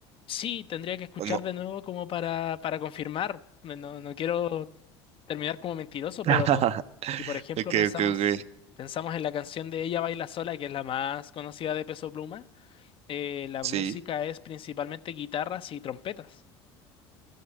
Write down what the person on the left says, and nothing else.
Sí, tendría que escuchar
de nuevo como para, para confirmar. No, no quiero terminar como mentiroso,
pero si
por ejemplo
pensamos,
pensamos en la canción de Ella baila sola, que es la más conocida de Peso Pluma, eh, la
música es principalmente guitarras y trompetas.